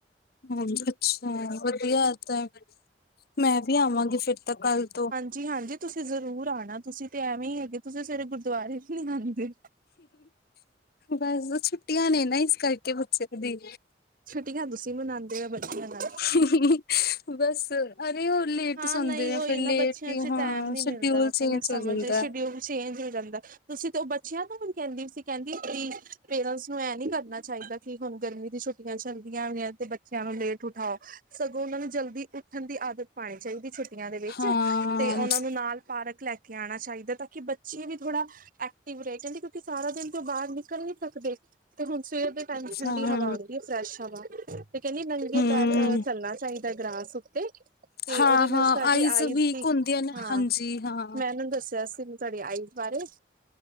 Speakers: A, on the left; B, on the right.
A: ਹ ਅੱਛਾ ਵਧੀਆਤ ਹੈ <unintelligible> ਮੈਂ ਵੀ ਆਵਾਂਗੀ, ਫਿਰ ਤਾਂ ਕੱਲ੍ਹ ਤੋਂ।
B: ਜੀ ਹਾਂਜੀ, ਤੁਸੀਂ ਜ਼ਰੂਰ ਆਉਣਾ ਤੁਸੀਂ ਤੇ ਐਵੇਂ ਹੀ ਹੈਗੇ ਤੁਸੀਂ ਸਵੇਰੇ ਗੁਰਦੁਆਰੇ ਨਹੀਂ ਆਉਂਦੇ
A: ਬਸ, ਛੁੱਟੀਆਂ ਨੇ ਨਾ ਇਸ ਕਰਕੇ ਬੱਚੇ ਦੀ
B: ਛੁੱਟੀਆਂ ਤੁਸੀਂ ਮਨਾਉਂਦੇ ਓ ਬੱਚਿਆਂ ਨਾ
A: ਹੂੰ, ਹੂੰ ਬਸ। ਅਰੇ, ਉਹ ਲੇਟ
B: ਹਾਂ
A: ਸੋਂਦੇ
B: ਨਹੀਂ
A: ਆ
B: ਉਹੀ
A: ਫਿਰ
B: ਨਾ
A: ਲੇਟ
B: ਬੱਚਿਆਂ
A: ਹੀ
B: ਚ
A: ਹਾਂ
B: ਟੈਮ ਨੀ
A: ਸ਼ਡਿਊਲ
B: ਮਿਲਦਾ ਉਹ
A: ਚੇਂਜ
B: ਤੇ ਮੈਂ ਸਮਝ
A: ਹੋ ਜਾਂਦਾ
B: ਸ਼ਡਿਊਲ ਚੇਂਜ ਹੋ ਜਾਂਦਾ ਤੁਸੀਂ ਤੇ ਉਹ ਬੱਚਿਆਂ ਨੂੰ ਹੁਣ ਕਹਿੰਦੀ ਸੀ, ਕਹਿੰਦੀ ਕਿ ਪੇਰੈਂਟਸ ਨੂੰ ਇਹ ਨੀ ਕਰਨਾ ਚਾਹੀਦਾ ਕਿ ਹੁਣ ਗਰਮੀ ਦੀ ਛੁੱਟੀ ਛੁਟੀਆਂ ਚੱਲਦੀਆਂ ਹੋਈਆਂ ਤੇ ਬੱਚਿਆਂ ਨੂੰ ਲੇਟ ਉਠਾਓ ਸਗੋਂ ਉਹਨਾਂ ਨੂੰ ਜਲਦੀ ਉੱਠਣ ਦੀ ਆਦਤ ਪਾਉਣੀ ਚਾਹੀਦੀ ਛੁੱਟੀਆਂ ਦੇ ਵਿੱਚ
A: ਹਾਂ
B: ਤੇ ਉਹਨਾਂ ਨੂੰ ਨਾਲ ਪਾਰਕ ਲੈ ਕੇ ਆਉਣਾ ਚਾਹੀਦਾ ਤਾਂ ਕਿ ਬੱਚ ਬੱਚੇ ਵੀ ਥੋੜਾ ਐਕਟਿਵ ਰਹੇ ਕਹਿੰਦੇ ਕਿਉਂਕਿ ਸਾਰਾ ਦਿਨ ਤੇ ਓ ਬਾਹਰ ਨਿਕਲ ਨਹੀਂ ਸਕਦੇ। ਤੇ ਹੁਣ ਸਵੇਰ ਦੇ ਟਾਈਮ ਠੰਡੀ
A: ਹਾਂ
B: ਹਵਾ ਆਉਂਦੀ ਹੈ ਫਰੈਸ਼ ਹਵਾ ਤੇ ਕਹਿੰਦੀ ਨੰਗੇ
A: ਹੂੰ
B: ਪੈਰ ਚੱਲਣਾ ਚਾਹੀਦਾ ਗ੍ਰਾਸ ਉੱਤੇ ਤੇ
A: ਹਾਂ
B: ਉਹਦੇ
A: ਹਾਂ
B: ਨਾਲ ਸਾਡੀ ਆਈਜ਼
A: ਵੀਕ
B: ਦੀ
A: ਹੁੰਦੀਆਂ ਨੇ
B: ਹਾਂ,
A: ਹਾਂਜੀ ਹਾਂ।
B: ਮੈਂ ਉਹਨੂੰ ਦੱਸਿਆ ਸੀ ਸਾਡੀ ਆਈਜ਼ ਬਾਰੇ।